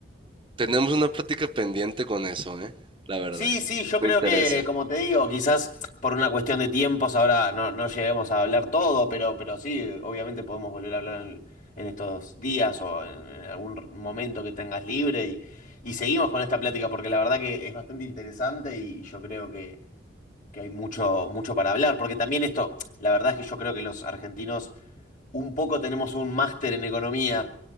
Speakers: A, on the right; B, on the left.
A: tenemos una plática pendiente con eso, ¿eh? La verdad.
B: Sí, sí, yo creo
A: Me interesa.
B: que, como te digo, quizás por una cuestión de tiempos ahora no, no lleguemos a hablar todo, pero, pero sí, obviamente podemos volver a hablar en, en estos días o en, en algún momento que tengas libre y, y seguimos con esta plática porque la verdad que es bastante interesante y, y yo creo que, que hay mucho, mucho para hablar, porque también esto, la verdad es que yo creo que los argentinos un poco tenemos un máster en economía,